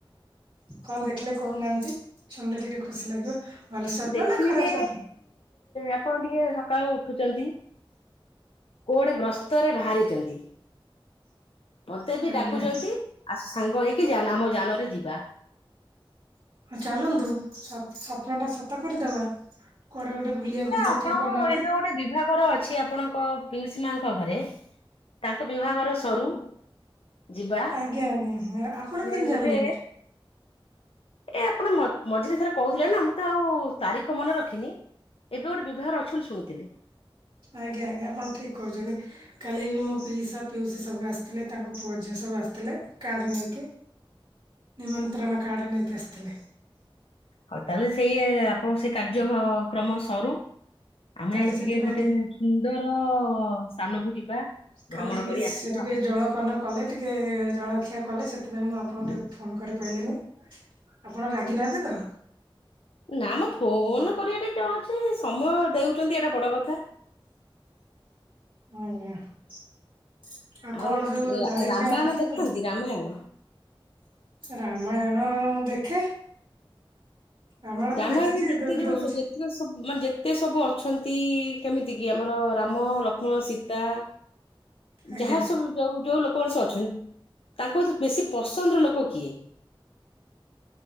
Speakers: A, on the right; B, on the left.
A: କଣ ଦେଖିଲେ କହୁନାହାନ୍ତି ଶୁଣିଲେ ଟିକେ ଖୁସି ଲାଗିବ। ଭଲ ସ୍ୱପ୍ନ
B: ଦେଖିନି
A: ନା ଖରାପ
B: ଯେ
A: ସ୍ୱପ୍ନ
B: ଆପଣ ଟିକେ ସକାଳୁ ଉଠୁଛନ୍ତି। କୁଆଡେ ଗ୍ରସ୍ତରେ ବାହାରିଚନ୍ତି ମତେ ବି
A: ଆଜ୍ଞା
B: ଡାକୁଚନ୍ତି। ଆସ ସାଙ୍ଗ ହେଇକି ଯାନା ଆମ ଯାନରେ ଯିବା।
A: ଚାଲନ୍ତୁ ସପ ସପ୍ନ ଟା ସତ କରିଦବା କୁଆଡେ ଗୋଟେ ବୁଲିଆକୁ ଯିବା
B: ଆପଣଙ୍କ
A: ଠିକ କରୁନାହାନ୍ତି?
B: ଘରେ ଏବେ ଗୋଟେ ବିଭାଗର ଅଛି ଆପଣଙ୍କ ପିଉସୀ ମାଙ୍କ ଘରେ। ତାଙ୍କ ବିଭାଘର ସରୁ। ଯିବା
A: ଆଜ୍ଞା ଆଜ୍ଞା ହଁ ଆପଣ
B: କୁଆଡେ
A: କେମିତି ଜାଣିଲେ?
B: ଗୋଟେ ଏ ଆପଣ ମ ମଝିରେ ଥରେ କହୁଥିଲେ ନା ମୁଁ ତ ଆଉ ତାରିଖ ମନେ ରଖିନି। ଏବେ ଗୋଟେ ବିଭାଘର ଅଛି ବୋଲି ଶୁଣିଥିଲି।
A: ଆଜ୍ଞା ଆଜ୍ଞା ଆପଣ ଠିକ କରୁଚନ୍ତି। କାଲି ବି ମୋ ପିଇସା ପିଉସି ସବୁ ଆସିଥିଲେ ତାଙ୍କ ପୁଅ ଝିଅ ସବୁ ଆସିଥିଲେ କାର ନେଇକି। ନିମନ୍ତ୍ରଣ କାର୍ଡ ନେଇକି ଆସିଥିଲେ।
B: ହଉ ତାହେଲେ ସେଇ ଆପଣଙ୍କ ସେ କାର୍ଯ୍ୟକ୍ରମ ସରୁ। ଆମେ
A: କାଲି
B: ଟିକେ
A: ସେଥିପାଇଁ
B: ଗୋଟେ ସୁନ୍ଦର ସ୍ଥାନକୁ ଯିବା। ଭ୍ରମଣ
A: କାଲି ଟିକେ
B: କରି
A: ସେ
B: ଆସିବା
A: ଟିକେ ଜଳପାନ କଲେ ଟିକିଏ ଜଳଖିଆ କଲେ ସେଥିପାଇଁ ମୁଁ ଆପଣଙ୍କୁ
B: ଆଉ।
A: ଟିକିଏ ଫୋନ କରିପାଇଲିନି। ଆପଣ ରାଗିନାହାନ୍ତି ତ।
B: ନା ମ ଫୋନ କରିବା ଟା କଣ ଅଛି ସମୟ ଦେଉଛନ୍ତି ଏଇଟା ବଡ କଥା।
A: ଆଜ୍ଞା। ଆଉ
B: ଆଉ
A: କଣ
B: ରା-
A: ସବୁ ଜଳଖିଆ
B: ରାମାୟଣ
A: ଖାଇଲେ।
B: ଦେଖନ୍ତି ରାମାୟଣ
A: ରାମାୟଣ ଦେଖେ। ରାମାୟଣ
B: ରାମାୟଣରେ
A: ତ ଦେଖିଛି
B: ଯେତେ
A: ଏବେ ବି
B: ଜଣ
A: ଦଉଛି।
B: ସ- ଯେତିକ ସବୁ ମାନେ ଯେତେ ସବୁ ଅଛନ୍ତି କେମିତି କି ଆମର ରାମ ଲକ୍ଷ୍ମଣ ସୀତା।
A: ଆଜ୍ଞା।
B: ଯାହା ସବୁ ଯୋଉ ଯୋଉ ଲୋକ ମଣିଷ ଅଛନ୍ତି ତାଙ୍କ ଭିତରୁ ବେଶୀ ପସନ୍ଦର ଲୋକ କିଏ?